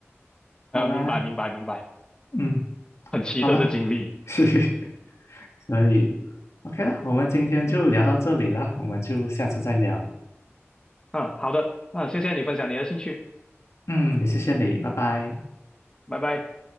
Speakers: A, on the left; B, on the left.
A: 好啦，
B: 啊，明白明白明白，
A: 嗯，
B: 很奇特的经历。
A: 好啦，<laughs> 嘿嘿，所以 OK 啦，我们今天就聊到这里啦，我们就下次再聊，
B: 啊，好的，啊，谢谢你分享你的兴趣，
A: 嗯，也谢谢你，拜拜。
B: 拜拜。